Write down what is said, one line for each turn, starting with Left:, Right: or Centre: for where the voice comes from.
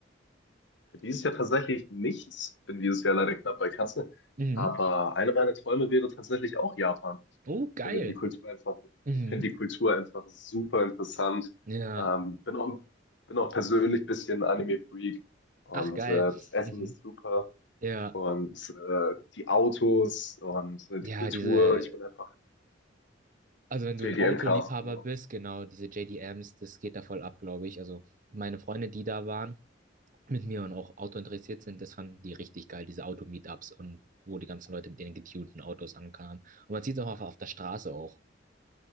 Left: Für dieses Jahr tatsächlich nichts. Bin dieses Jahr leider knapp bei Kasse.
Right: Mhm.
Left: Aber eine meiner Träume wäre tatsächlich auch Japan.
Right: Oh, geil.
Left: Ich finde die Kultur einfach,
Right: Mhm.
Left: ich finde die Kultur einfach super interessant.
Right: Ja.
Left: Ähm, bin auch, bin auch persönlich ein bisschen Anime-Freak und
Right: Ach, geil.
Left: äh, das Essen
Right: Mhm.
Left: ist super
Right: Ja.
Left: und äh, die Autos und äh,
Right: Ja,
Left: die Kultur.
Right: diese
Left: Ich bin einfach
Right: Also wenn du
Left: JDM-Cast,
Right: ein Autoliebhaber
Left: genau.
Right: bist, genau, diese JDMs, das geht da voll ab, glaube ich. Also meine Freunde, die da waren, mit mir und auch Auto interessiert sind, das fanden die richtig geil, diese Auto-Meetups und wo die ganzen Leute mit ihren getunten Autos ankamen. Und man sieht es auch auf, auf der Straße auch.